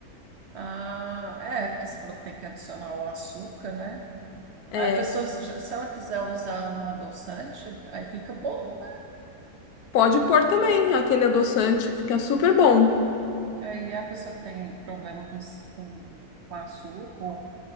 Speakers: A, on the right (about 60°); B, on the left (about 75°).
A: Ah, é, porque você falou que tem que adicionar o açúcar, né?
B: É,
A: Aí A pessoa, se já- se ela quiser usar um adoçante, aí fica bom,
B: pode pôr também aquele adoçante, fica super bom.
A: Aí a pessoa que tem problema com, s- com, com açúcar,